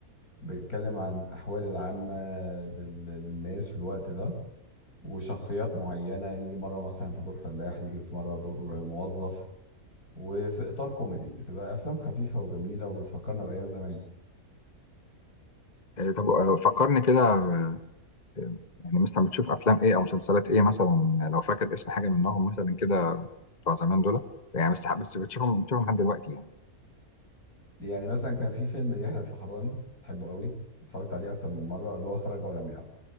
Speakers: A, on the left; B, on the left.
A: بيتكلم عن الاحوال العامه لل- للناس في الوقت ده وشخصيات معينه يجي مره مثلا في دور فلاح يجي في مره دور موظف وفي اطار كوميدي بتبقى افلام خفيفه وجميله وبتفكرنا بايام زمان
B: آه، طب آه، فكرني كده آه، يعني مثلا بتشوف افلام ايه او مسلسلات ايه مثلا لو فاكر اسم حاجه منهم مثلا كده بتوع زمان دول يعني بس بس بتشوفهم بتشوفهم لحد دلوقتي يعني
A: يعني مثلا كان في فيلم ليحيى الفخراني بحبه قوي اتفرجت عليه اكتر من مره اللي هو خرج ولم يعد